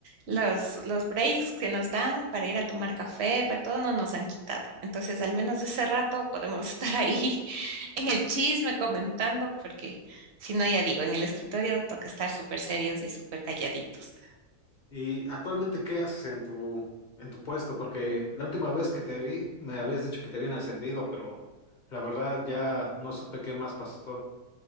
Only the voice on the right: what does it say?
los, los breaks que nos dan para ir a tomar café, para todo, no nos han quitado. Entonces, al menos ese rato podemos <laughs> estar ahí en el chisme comentando, porque si no, ya digo, en el escritorio toca estar súper serios y súper calladitos.